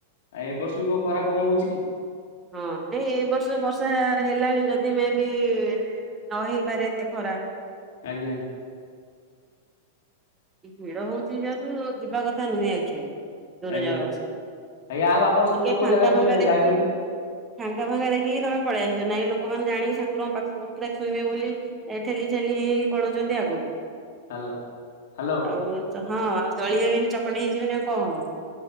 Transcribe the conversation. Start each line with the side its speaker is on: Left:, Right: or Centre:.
Left: ଆଉ ଏ ବର୍ଷ ବି କୋଉ ଖରା କମ ହଉଛି କି।
Right: ହଁ ନାଇଁ ଏ ବର୍ଷ ବର୍ଷା ହେଲାଣି ଯଦି ମେ ବି ନ ହେଇପାରେ ଏତେ ଖରା।
Left: ଆଜ୍ଞା।
Right: ଭିଡ ହଉଛି ଯେହେତୁ ଯିବା କଥା ନୁହେଁ ଆକ୍ଚୁଆଲି। ଦୂର
Left: ଆଜ୍ଞା
Right: ଜାଗାକୁ ସ ଟିକେ
Left: ଆଜ୍ଞା ଆଉ ଆପଣ ସବୁ କୋଉ କୋଉ
Right: ଫାଙ୍କା
Left: ଜାଗା ସବୁ
Right: ଫାଙ୍କା
Left: ଯା
Right: ଦେଖିକି
Left: ଯାଇଛନ୍ତି
Right: ଫାଙ୍କା ଫାଙ୍କା ଦେଖିକି ତମେ ପଳେଇ ଆସିବ ନାଇଁ ଲୋକମାନେ ଜାଣିକି ଠକୁରଙ୍କ ପାଖ ପୁରା ଛଇଁବେ ବୋଲି ଏ ଠେଲି ଠେଲି ହେଇ ହେଇ ପଳଉଛନ୍ତି ଆଗକୁ।
Left: Hello hello.
Right: ଆଉ ହଁ ଆଉ ଦଳି ହେଇବନି ଚକଟ ହେଇଯିବନି ଆଉ କଣ ହବ।